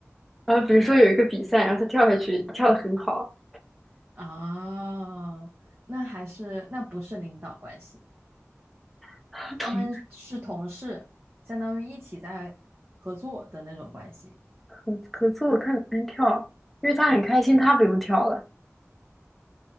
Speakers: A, in the centre; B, on the right (about 40°).
A: 呃，比如说有一个比赛，然后他跳下去，跳得很好。
B: 哦，那还是，那不是领导关系，
A: <laughs>
B: 他们是同事，
A: 他同
B: 相当于一起在合作的那种关系。
A: 可可是我看别人跳，因为他很开心，他不用跳了，